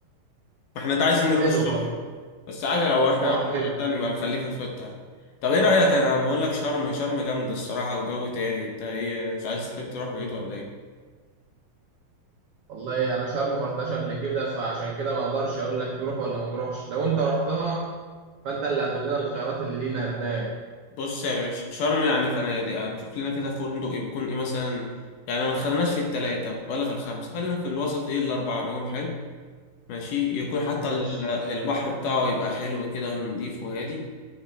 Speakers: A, on the left (about 70°); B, on the right (about 75°).
A: احنا ده عايزين
B: فحلو
A: نروح الصبح
B: برضه
A: بس عادي لو احنا
B: أه
A: رحنا
B: حلو
A: الغردقة نبقى نخليه في الخطه طب ايه رايك انا بقول لك شرم شرم جامده الصراحه وجو تاني انت ايه مش عايز تحب تروح بعيد ولا ايه
B: والله انا شرم ما رحتهاش قبل كده فعشان كده ما اقدرش اقول لك نروح ولا ما نروحش لو انت رحتها فانت اللي هتقول لنا الخيارات اللي لينا هناك
A: بص يا باشا شرم يعني فنادق يعني شوف لنا كده فندق يكون ايه مثلا يعني ما خليناش في التلاتة ولا في الخمسة خلينا في الوسط ايه الأربعة نجوم حلو ماشي يكون حتى
B: ماشي
A: ال- البحر
B: كويس
A: بتاعه يبقى حلو كده ونضيف وهادي